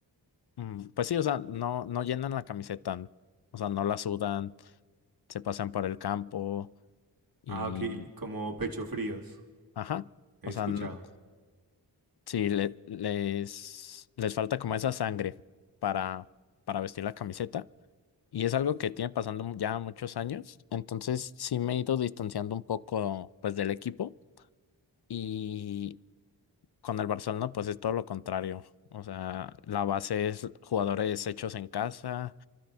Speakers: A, on the left; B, on the right.
A: mm, pues sí, o sea, no, no llenan la camiseta, n- o sea, no la sudan, se pasan por el campo y,
B: Ah, ok, como pecho fríos,
A: ajá,
B: he
A: o
B: escuchado.
A: sea, n- sí, le- les, les falta como esa sangre para, para vestir la camiseta. Y es algo que tiene pasando ya muchos años. Entonces sí me he ido distanciando un poco pues del equipo y con el Barcelona pues es todo lo contrario. O sea, la base es jugadores hechos en casa,